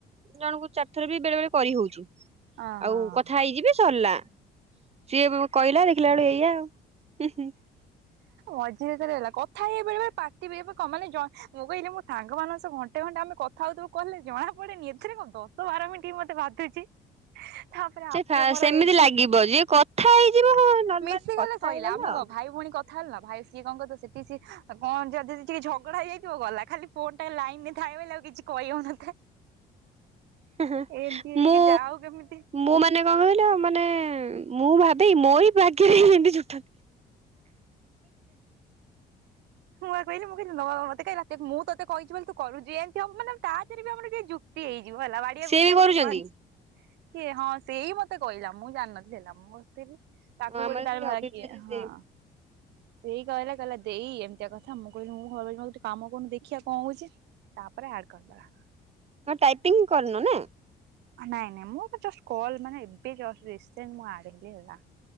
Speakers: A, on the right (about 40°); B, on the right (about 85°).
A: ଜଣଙ୍କୁ ଚାରିଥର ବି ବେଳେ ବେଳେ କରି ହଉଛି।
B: ଅହଁ।
A: ଆଉ କଥା ହେଇଯିବେ ସରିଲା। ସିଏ କହିଲା ଦେଖିଲା ବେଳୁକୁ ଏଇଆ ଆଉ।
B: ମଝିରେ ଥରେ ହେଲା କଥା ହେଇ ବେଳେ ବେଳେ ପାଟି ବି ଏବେ କଣ ମାନେ ଜଣେ କହିଲା ସାଙ୍ଗ ମାନଙ୍କ ସହ ଘଣ୍ଟେ ଘଣ୍ଟେ ଆମେ କଥା ହଉଥିବୁ କଲରେ ଜଣା ପଡେନି ଏଥିରେ କଣ ଦଶ ବାର ମିନିଟ ମତେ ବାଧୁଛି। ହଁ ତାପରେ ହାପିର
A: ସେ ଫା
B: ମୋର
A: ସେମିତି
B: ଏଇଠୁ
A: ଲାଗିବ ଯିଏ କଥା ହେଇଯିବ ହଁ ନର୍ମାଲି
B: ମିଶିଗଲେ
A: କଥା
B: ସଇଲା
A: ହେଇଗଲ
B: ଆମେ
A: ହଁ।
B: କଣ ଭାଇ ଭଉଣୀ କ କଥା ହେଲୁନା ଭାଇ ସିଏ କଣ କରିଥିବ ସେଠିସିଏ କଣ ଯଦି ଟିକେ ଝଗଡା ହେଇଯାଇଥିବ ଗଲା ଖାଲି ଫୋନ୍ ଟା ଲାଇନରେ ଥାଏବୋଲି ଆଉ କିଛି କହିହଉନଥାଏ।
A: ହେଁ ହେଁ
B: ଏମତି ହେଇକି
A: ମୁଁ
B: ଯା ହଉ କେମିତି
A: ମୁଁ ମାନେ କଣ କହିଲ ମାନେ ମୁଁ ଭାବେଇ ମୋରି ଭାଗ୍ୟରେ ହିଁ ଏମିତି ଜୁଟନ୍ତି।
B: ମୁଁ ପା କହିଲି ମୁଁ କହିଲି ନବା ମତେ ମୁଁ ତତେ କହିଛି ବୋଲି ତୁ କରୁଛୁ ଏମତି ହବ ମାନ ତା ଦେହରେ ବି ଆମର କି ଯୁକ୍ତି ତୀ ହେଇଯିବ ହେଲା ବାଡିଆପିଟି
A: ସିଏ ବି
B: ଖାଲି
A: କରୁଛନ୍ତି
B: ବଞ୍ଚି କିଏ ହଁ ସେଇ ମତେ କହିଲା ମୁଁ ଜାଣିନଥିଲି ହେଲା ମୁଁ ବସିଥିଲି ତାକୁ
A: ହଁ ଆମର
B: ଗୋଟେ ତାର
A: ସେଇ
B: ଭା
A: ଅଭିପ୍ସାରୀ
B: କିଏ
A: ସେମ୍
B: ହଁ ସେଇ କହିଲା କହିଲା ଦେଇ ଏ ଏମତିଆ କଥା ମୁଁ କହିଲି ମୁଁ ଭାବିଲି ମେର ଏଠି କାମ କରୁନୁ ଦେଖିଆ କଣ ହଉଛି ତାପରେ ଆଡ କରିଦବା।
A: ଟାଇପିଂ କରିନୁ ନା।
B: ନାଇଁ ନାଇଁ ମୁଁ ଏବେ ଜଷ୍ଟ କଲ୍ ମାନେ ଏବେ ଯଷ୍ଟ ରିସେଣ୍ଟ ମୁଁ ଆଡହେଲି ହେଲା।